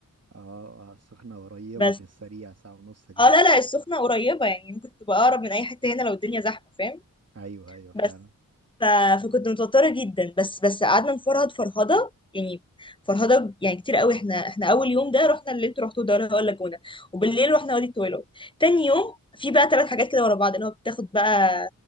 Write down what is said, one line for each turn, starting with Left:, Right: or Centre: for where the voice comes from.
Right: اه السخنة قريبة
Left: بس
Right: في السريع ساعة ونص كده
Left: اه لا لا السخنة قريبة يعني ممكن تبقى أقرب من أي حتة هنا لو الدنيا زحمة فاهم
Right: ايوه ايوه فعلا
Left: بس ف... فكنت متوترة جدا بس بس قعدنا نفرهد فرهدة يعني فرهدة يعني كتير قوي احنا احنا أول يوم ده رحنا اللي انتوا رحتوه ده اللي هو اللاجونة وبالليل رحنا وادي الطويلات تاني يوم في بقى ثلاث حاجات كده ورا بعض اللي هو بتاخد بقى